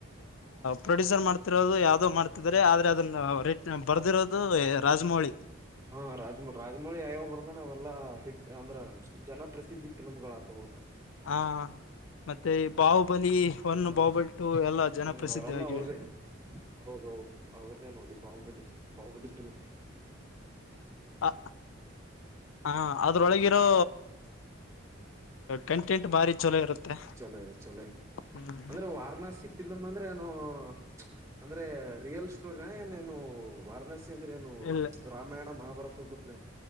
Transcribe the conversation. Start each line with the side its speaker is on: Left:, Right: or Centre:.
Left: ಪ್ರೊಡ್ಯೂಸರ್ ಮಾಡ್ತಿರೋದು ಯಾವ್ದೋ ಮಾಡ್ತಿ ಆದ್ರೆ ಅದನ್ನ ರೇಟ್ ಬರ್ದಿರೋದು ರಾಜಮೌಳಿ
Right: ಹಾ ರಾಜಮಳ ರಾಜ್ಮಳಿ ಯಾವ್ಯಾವ ಬರ್ದ ಅವೆಲ್ಲಾ ಹಿಟ್ ಅಂದ್ರ ಜನಪ್ರಸಿದ್ಧಿ ಫಿಲ್ಮ್ ಆತ ಹೋಗೆ
Left: ಹಾ ಮತ್ತೆ ಈ ಬಾಹುಬಲಿ ಹೊನ್
Right: ಹ
Left: ಬಾಹುಬಲಿ ಟು ಎಲ್ಲ ಜನಪ್ರಸಿದ್ಧಿ
Right: ಹ್ಮ್ ಅವರೆಲ್ಲ
Left: ಆಗಿವೆ
Right: ಅವ್ರದೇ ಹೌದೌದು ಅವ್ರನ್ನೇ ನೋಡಿ ಬಾಹುಬಲಿ ಬಾಹುಬಲಿಕ್ಕ
Left: ಅ ಹ ಅದ್ರೊಳಗಿರೋ ಕಂಟೆಂಟ್ ಬಾರಿ ಚಲೋ ಇರುತ್ತೆ
Right: ಚಲೋ ಇದೆ ಚಲೋ
Left: ಹ್ಮ್
Right: ಅಂದ್ರೆ ವಾರಣಾಸಿ ಪಲ ಮಂದ ಅಂದ್ರೆ ಏ ಅಂದ್ರೆ ರಿಯಲ್ ಸ್ಟೋರಿನು ವಾರಣಸಿ ಅಂದ್ರೆ ಏನು
Left: ಇಲ್ಲ
Right: ರಾಮಾಯಣ ಮಹಾಭಾರತ ಗಪ್ಲೇ